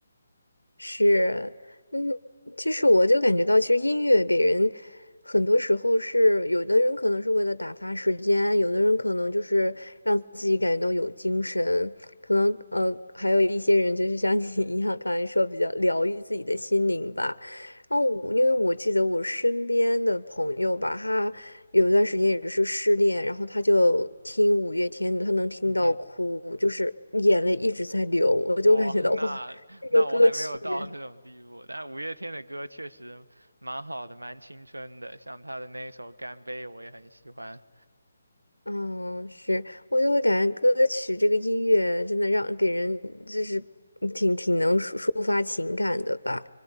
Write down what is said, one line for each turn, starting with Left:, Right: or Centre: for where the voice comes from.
Left: 是，嗯，其实我就感觉到，其实音乐给人很多时候是，有的人可能是为了打发时间，有的人可能就是让自己感觉到有精神，可能呃，还有一些人就是像 <laughs> 你一样，刚才说比较疗愈自己的心灵吧。然后我，因为我记得我身边的朋友吧，他有一段时间也是失恋，然后他就听五月天的，他能听到哭，
Right: 嗯哼，
Left: 就是眼泪一直在流，
Right: <laughs>
Left: 我就感觉到哇，
Right: 哇，那那我还没有到那种地步，
Left: 这个歌曲。
Right: 但五月天的歌确实蛮好的，蛮青春的，像他的那一首《干杯》，我也很喜欢。
Left: 嗯，是，我就会感觉歌曲这个音乐真的让给人就是挺挺能抒抒发情感的吧。